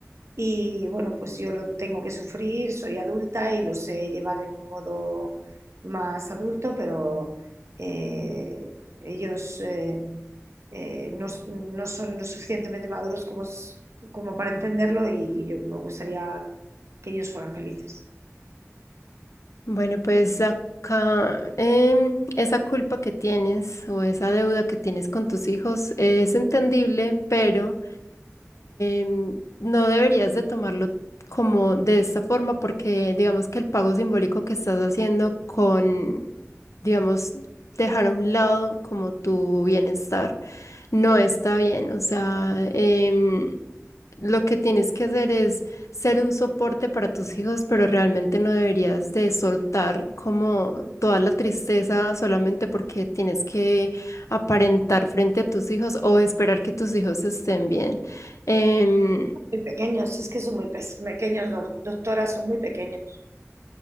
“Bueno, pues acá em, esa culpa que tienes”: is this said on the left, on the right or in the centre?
Left